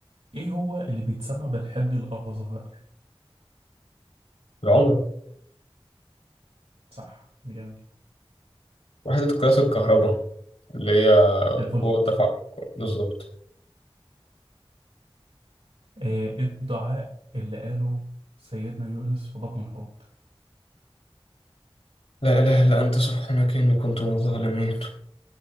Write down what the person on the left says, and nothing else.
العمره
وحده قياس الكهرباء اللي هي
قوه دفع بالظبط
لا اله الا انت سبحانك اني كنت من الظالمين